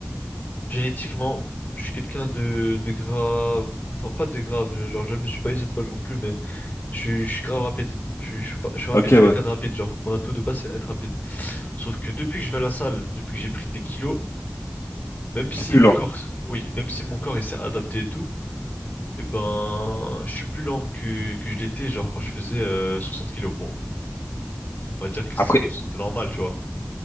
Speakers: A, on the left (about 35°); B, on the left (about 70°).
A: génétiquement, je suis quelqu'un de, de grave. Enfin, pas de grave, je- genre, je ne suis pas Isenball non plus, mais je suis, je suis grave rapide. Je suis, je suis pas- je suis rapide,
B: Ok,
A: je
B: ouais.
A: suis quelqu'un de rapide, genre, mon atout de base, c'est être rapide. Sauf que depuis que je vais à la salle, depuis que j'ai pris des kilos, même si
B: T'es plus
A: mon
B: lent.
A: corps, oui, même si mon corps, il s'est adapté et tout, et ben, je suis plus lent que, que je l'étais, genre, quand je faisais euh, 60 kilos. Bon, on va dire que
B: Après,
A: c'est c'est normal, tu vois.